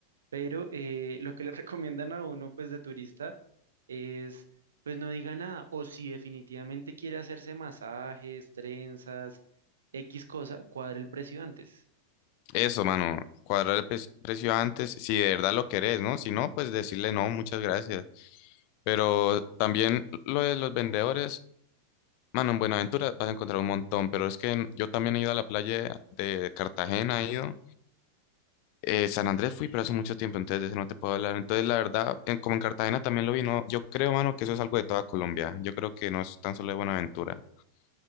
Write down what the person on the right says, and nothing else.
Pero eh, lo que le <laughs> recomiendan a uno, pues de turista, es, pues no diga nada. O si definitivamente quiere hacerse masajes, trenzas, X cosa, cuadre el precio antes.